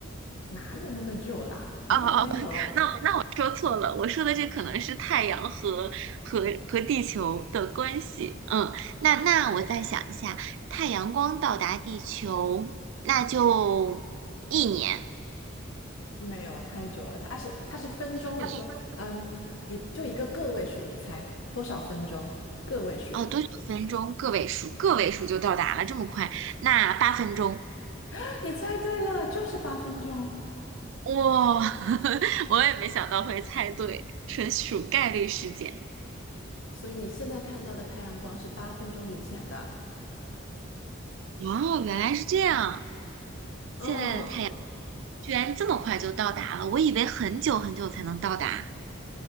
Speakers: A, on the left; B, on the right.
A: 哪有那么久啦？没有没有
B: 哦哦，那那我说错了，我说的这可能是太阳和和和地球的关系。嗯，那那我再想一下，太阳光到达地球，那就一年。
A: 没有太久了，它是它是分钟。
B: 它是分
A: 我说，嗯，你就一个个位数，你猜多少分钟？个位数，
B: 哦，多少分钟？个位数，个位数就到达了，这么快？那八分钟，
A: <laughs> 你猜对了，就是八分钟。
B: 哇，<laughs> 我也没想到会猜对，纯属概率事件。
A: 所以你现在看到的太阳光是八分钟以前的。
B: 哦，原来是这样。现在的太阳。
A: 嗯，
B: 居然这么快就到达了，我以为很久很久才能到达。